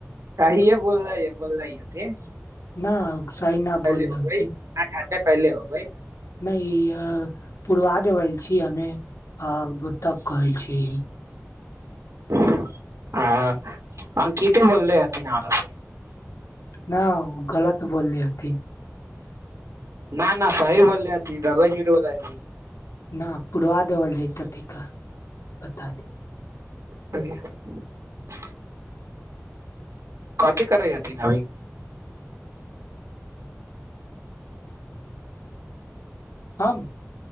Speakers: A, on the right; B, on the left.
A: सहिए बोलै बोल ह के
B: न सहि न बोललथि
A: होबै आठ खर्चा कैले होबै
B: नहि पुरवा देवल छी हमे तब कहै छीै
A: हँ अंकिते बोललेथि नर से
B: न ओ गलत बोलले हथिन
A: न न सहिी बोलैथ भगत जी बोलै छी
B: न पुरवा देवल जत तिका बता दे
A: बा कथी करइ त नभी
B: हम